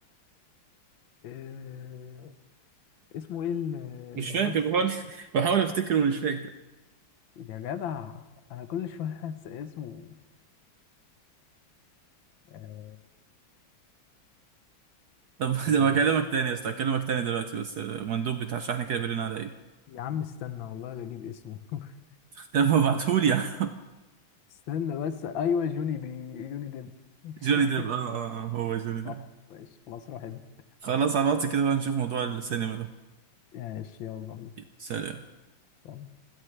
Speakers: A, on the left (about 70°); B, on the right (about 65°).
A: <laughs> آه، اسمه ايه ال-
B: مش
A: الممثل
B: فاكر بحاول <laughs> بحاول أفتكره ومش فاكر
A: يا جدع انا كل شويه انسى اسمه آه،
B: طب <laughs>
A: اللي
B: ده بكلمك
A: هو
B: تاني يا أسطى هكلمك تاني دلوقتي بس المندوب بتاع الشحن كده بيرن على إيه
A: يا عم استنى والله لا اجيب اسمه <laughs>
B: <laughs> طب ما ابعتهولي يا عم
A: استنى بس ايوه جوني دي جوني ديب <laughs>
B: <laughs> جوني ديب آه آه آه، هو جوني ديب
A: طبعا ماشي خلاص روح انت.
B: خلاص على الواتس كده بقى نشوف موضوع السينما ده
A: ماشي يلا
B: سلام
A: بينا